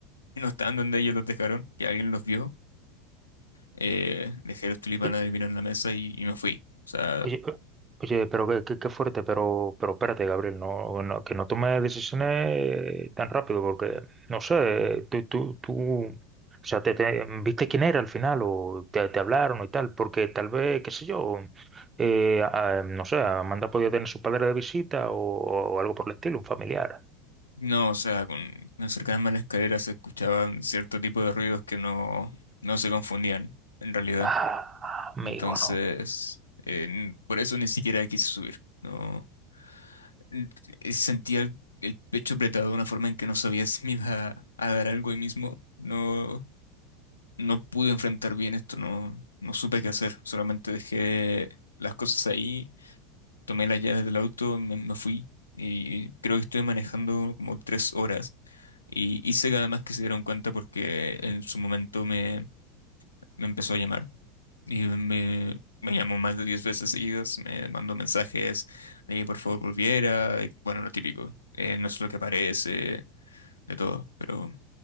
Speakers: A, on the left (about 80°); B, on the right (about 20°).
A: no estaban donde ellos los dejaron, que alguien los vio. eh, dejé los tulipanes
B: Ujú.
A: del vino en la mesa y, y me fui. O sea,
B: Oye, o- oye, pero qué, qué- qué fuerte, pero, pero espérate, Gabriel, no, no- que no tome decisiones tan rápido, porque, no sé, tú, tú, tú, o sea, te, te- ¿viste quién era al final o te, te hablaron y tal? Porque tal vez, qué sé yo, eh, a- no sé, Amanda podía tener su padre de visita o, o algo por el estilo, un familiar.
A: no, o sea, con, me acercarme a la escalera se escuchaban cierto tipo de ruidos que no, no se confundían, en realidad.
B: Ah, amigo,
A: Entonces, eh, por eso ni siquiera quise subir. No, N- eh, sentía el, el pecho apretado de una forma en que no sabía <laughs> si me iba a, a dar algo ahí mismo. No, no pude enfrentar bien esto, no, no supe qué hacer. Solamente dejé las cosas ahí tomé las llaves del auto, me, me fui y creo que estuve manejando como tres horas. Y hice que además que se dieron cuenta porque en su momento me, me empezó a llamar y me, me llamó más de diez veces seguidas, me mandó mensajes de que por favor volviera, de- bueno, lo típico, eh, no es lo que parece, de todo, pero,